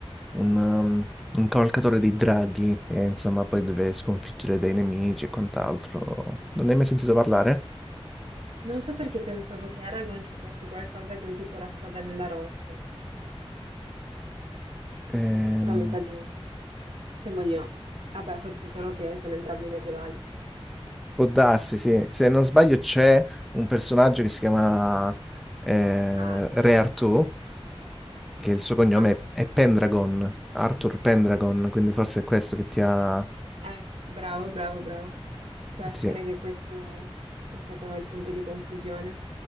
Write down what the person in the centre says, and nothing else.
un, um, un cavalcatore dei draghi, e insomma, poi deve sconfiggere dei nemici e quant'altro. Non ne hai mai sentito parlare?
Ehm,
Può darsi, sì. Se non sbaglio c'è un personaggio che si chiama eh,
Re Artù, che il suo cognome
è, è Pendragon, Arthur Pendragon, quindi forse è questo che ti ha...
sì.